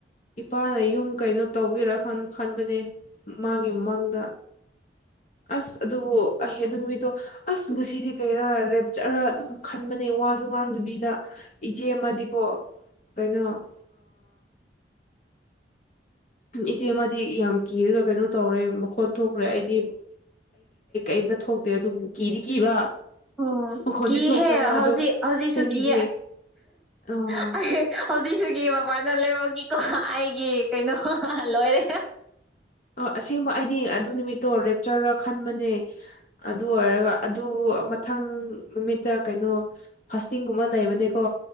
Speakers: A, on the left; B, in the centre.
A: ꯏꯄꯥꯅ ꯌꯨꯝ ꯀꯩꯅꯣ ꯇꯧꯕꯤꯔ ꯈꯟꯕꯅꯦ ꯃꯥꯒꯤ ꯃꯪꯗ ꯑꯁ ꯑꯗꯨꯕꯨ ꯑꯩꯍ ꯑꯗꯨ ꯃꯤꯗꯣ ꯑꯁ ꯉꯁꯤꯗꯤ ꯀꯩꯔꯥ ꯂꯦꯞꯆꯔ ꯑꯗꯨꯝ ꯈꯟꯕꯅꯦ ꯋꯥꯁꯨ ꯉꯥꯡꯗꯕꯤꯗ ꯏꯆꯦ ꯑꯃꯗꯤꯀꯣ ꯀꯩꯅꯣ <inaudible> ꯏꯆꯦꯃ ꯌꯥꯝ ꯀꯤꯔꯒ ꯀꯩꯅꯣ ꯇꯧꯔꯦ ꯃꯈꯣꯟꯠ ꯊꯣꯛꯈ꯭ꯔꯦ ꯑꯩꯗꯤ ꯑꯝꯇ ꯊꯣꯛꯇꯦ ꯑꯗꯨꯕꯨ ꯀꯤꯗꯤ ꯀꯤꯕ
B: ꯑ ꯑꯣ
A: ꯃꯈꯣꯟꯗꯤ
B: ꯀꯤꯍꯦ
A: ꯊꯣꯛꯇꯕ
B: ꯍꯧꯖꯤꯛ
A: ꯑꯗꯣ
B: ꯍꯧꯖꯤꯛꯁꯨ
A: ꯀꯔꯤꯒꯤ
B: ꯀꯤ
A: ꯑ
B: <unintelligible> ꯍꯧꯖꯤꯛꯁꯨꯒꯤ ꯃꯄꯥꯟꯗ ꯂꯦꯝꯃꯈꯤꯀꯣ ꯑꯩꯒꯤ ꯀꯩꯅꯣ ꯂꯣꯏꯔꯦ
A: ꯑ ꯑꯁꯦꯡꯕ ꯑꯩꯗꯤ ꯑꯗꯨ ꯅꯨꯃꯤꯠꯇꯣ ꯂꯦꯞꯆꯔ ꯈꯟꯕꯅꯦ ꯑꯗꯨ ꯑꯣꯏꯔꯒ ꯑꯗꯨ ꯃꯊꯪ ꯅꯨꯃꯤꯠꯇ ꯀꯩꯅꯣ ꯐꯥꯁꯇꯤꯡꯒꯨꯝꯕ ꯂꯩꯕꯅꯦꯀꯣ